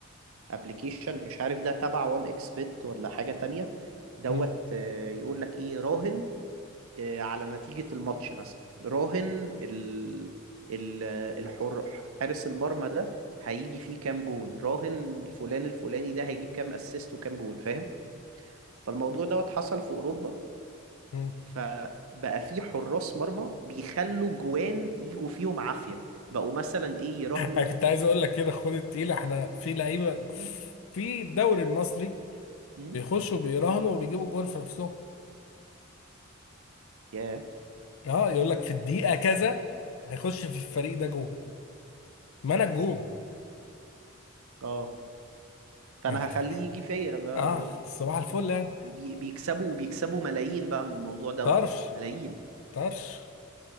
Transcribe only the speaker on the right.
ابلكيشن مش عارف ده تبع وان اكس بت ولا حاجة تانية دوت
آه، يقول لك ايه راهن آه، على نتيجة الماتش مثلا راهن ال ال الحر حارس المرمى ده هيجي فيه كام جون راهن فلان الفلاني ده هيجيب كام اسيست وكام جون فاهم فالموضوع دوت حصل في اوروبا
فبقى في حراس مرمى بيخلوا جوان يجوا فيهم عافية بقوا مثلا ايه يراهنوا
مم،
مم،
ياه
اه فانا
هخليه يجي فيا بقى
وبيكسبوا وبيكسبوا ملايين بقى من الموضوع دوت
ملايين